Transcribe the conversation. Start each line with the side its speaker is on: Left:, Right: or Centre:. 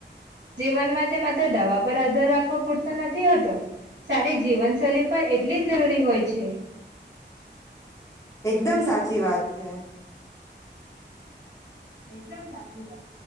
Right: જીવનમાં તો દવા પર આધાર રાખવો પૂરતો નથી હોતો તો સા તારી જીવનશૈલી પણ એટલી જ જરૂરી હોય છે.
Left: એકદમ સાચી વાત છે.
Right: એકદમ સાચી વાત